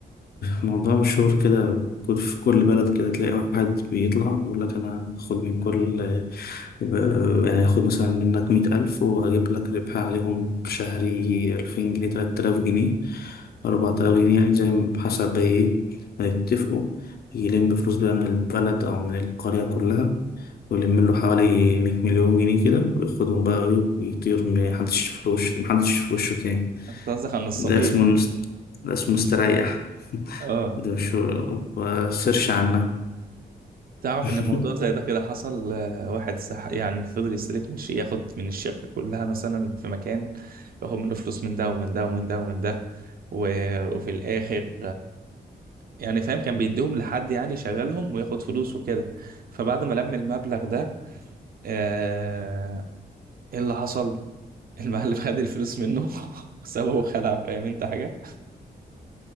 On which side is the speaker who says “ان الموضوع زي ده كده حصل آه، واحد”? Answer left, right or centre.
Right